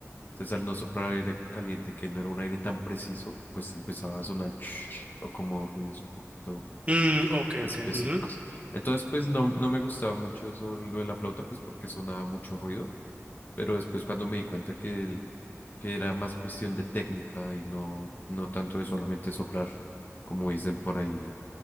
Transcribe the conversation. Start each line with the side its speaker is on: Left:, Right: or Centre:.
Left: Entonces, al no soplar aire caliente, que no era un aire tan preciso, pues empezaba a sonar <tsk> o como ruidos un poquito
Right: Mm, ok,
Left: específicos.
Right: ok. ujú.
Left: Entonces, pues no, no me gustaba mucho eso, lo de la flauta, pues porque sonaba mucho ruido, pero después cuando me di cuenta que, el- que era más cuestión de técnica y no, no tanto de solamente soplar, como dicen por ahí,